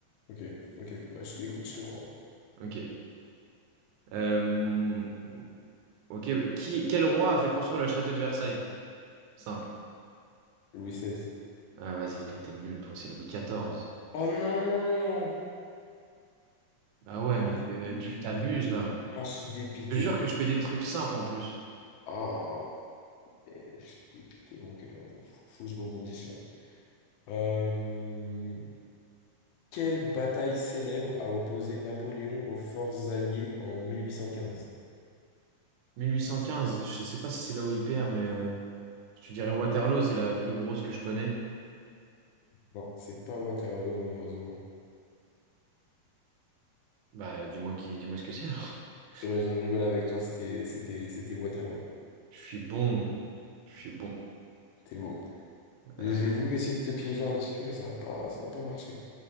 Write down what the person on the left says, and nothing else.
Ok, ok, ok. Bah, je- écoute, je te crois.
Louis XVI.
Oh non!
Ah,
je
suis dépité.
Ah, je suis dépité.
Ah, punaise, je suis dépité. Bon, ok, attends, faut, faut que je rebondisse là. Euh, quelle bataille célèbre a opposé Napoléon aux forces alliées en 1815?
Non, c'est pas Waterloo, malheureusement.
Eh ben, je rigole avec toi, c'était, c'était, c'était Waterloo.
T'es bon. Et
J'ai voulu essayer de te piéger un petit peu, mais ça n'a pas, ça a pas marché.